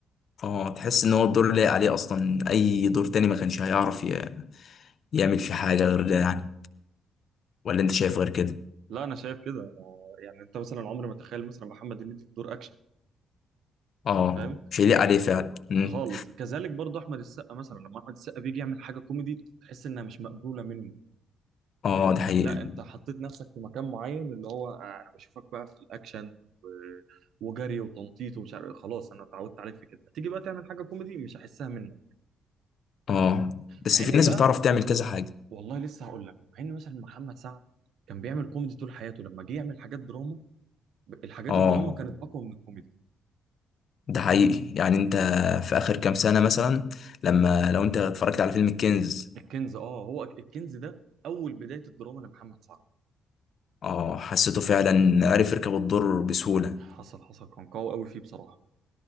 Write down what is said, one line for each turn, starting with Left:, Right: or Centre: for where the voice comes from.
Left: اه تحس ان هو الدور لايق عليه اصلا اي دور تاني ما كانش هيعرف ي- يعمل فيه حاجه غير ده يعني ولا انت شايف غير كده
Right: لا انا شايف كده أنا- يعني انت مثلا عمري ما تخيل مثلا محمد هنيدي في دور اكشن
Left: اه
Right: فاهم
Left: مش هيليق عليه فعلا مم.
Right: خالص كذلك برضه احمد السقا مثلا لما احمد السقا بيجي يعمل حاجه كوميدي تحس انها مش مقبوله منه
Left: اه ده حقيقه
Right: لا انت حطيت نفسك في مكان معين اللي هو آه، انا بشوفك بقى في الاكشن و- وجري وتنطيط ومش عارف إيه. خلاص انا اتعودت عليك في كده تيجي بقى تعمل حاجه كوميدي مش هحسها منك
Left: اه بس
Right: مع
Left: في
Right: ان
Left: ناس
Right: بقى
Left: بتعرف تعمل كذا حاجه
Right: والله لسه هقول لك مع ان مثلا محمد سعد كان بيعمل كوميدي طول حياته لما جه يعمل حاجات دراما الحاجات
Left: اه
Right: الدراما كانت اقوى من الكوميدي
Left: ده حقيقي يعني انت في اخر كام سنة مثلا لما لو انت اتفرجت على فيلم الكنز
Right: الكنز اه هو الكنز ده اول بدايه الدراما لمحمد سعد
Left: اه حسيته فعلا عرف يركب الدور بسهولة
Right: حصل حصل كان قوي قوي فيه بصراحه